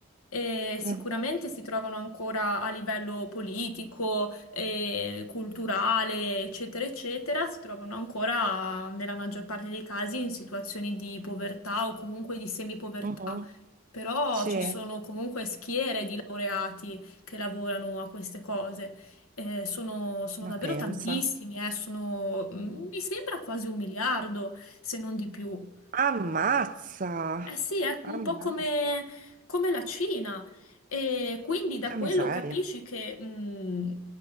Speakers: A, on the left (about 90°); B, on the right (about 40°).
A: E sicuramente
B: Mm,
A: si trovano ancora a livello politico, eh, culturale, eccetera, eccetera, si trovano ancora nella maggior parte dei casi in situazioni di povertà o comunque di semipovertà.
B: mhm,
A: Però
B: Sì,
A: ci sono comunque schiere di laureati che lavorano a queste cose. Eh, sono, sono
B: ma
A: davvero
B: pensa.
A: tantissimi, eh, sono- mm, mi sembra quasi un miliardo, se non di più.
B: Ammazza!
A: Eh sì, è
B: Ammazza,
A: un po' come, come la Cina. E quindi da
B: che
A: quello
B: miseria.
A: capisci che, mm,